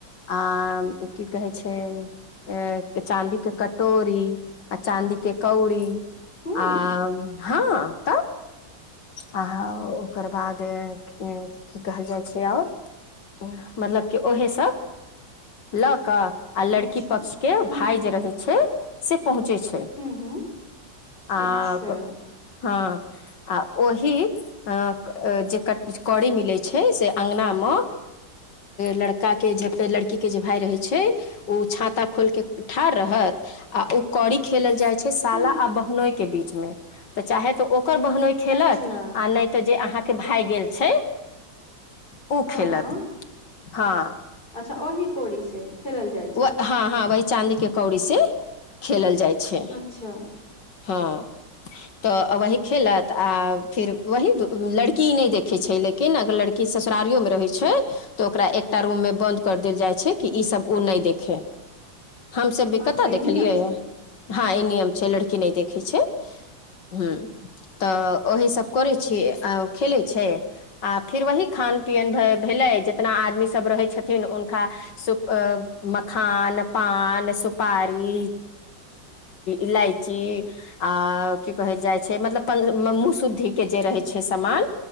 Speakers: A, on the left (about 65°); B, on the left (about 25°).
A: आ की कहे छै चाँदी के क तोरी आ चाँदी के कौड़ी
B: हू
A: आ हँ तऽ आहा ओकर बाद की कहल जाइ छै आओर मतलब कि उहे सब लऽ कऽ आ लड़की
B: अच्छा
A: पक्ष के
B: हू
A: भाय जे रहै छै से पहुँचे छै
B: हू हू
A: आ
B: अच्छा
A: हँ आ ओही जे कट कड़ी मिलै छै से अङ्गनामे लड़काके जेते लड़कीके जे भाई रहै छै ओ छाता खोलि कऽ ठाढ़ रहत आ ओ कौड़ी खेलल जाइ छै साला
B: हूँ
A: आ बहनोइ के बीच मे तऽ चाहे तऽ ओकर बहनोइ खेलत
B: अच्छा
A: आ नहि तऽ जे अहाँके भए गेल छै उ
B: हँ
A: खेलत
B: हँ
A: हँ
B: अच्छा ओहि कौड़ी से खेलल जाइत
A: वे हँ हँ वह चाँदी के कौड़ी से खेलल जाइ छै
B: अच्छा
A: हँ तऽ आ वही खेलत आ फिर वही लड़की नहि देखै छै लेकिन कि न अगर लड़की ससुरारियो में रहे छै तऽ ओकरा एकटा रूम में बंद कर देल जाय छै कि ई सब उ नहि देखेय हमसब भी
B: अच्छा
A: कतऽ
B: ई
A: देखलियै
B: नियम छै
A: हँ ई नियम छै लड़की नहि देखै छै हूं तऽ ओहीसभ करै छी खेलै छै आ फिर वही खान पियन भेलै जितना आदमी सब रहै छथिन हुनका सुख अ मखान पान सुपारी इलाइची आऽ की कहैत जाइ छै मतलब प मुह शुद्धिके जे रहै छै सामान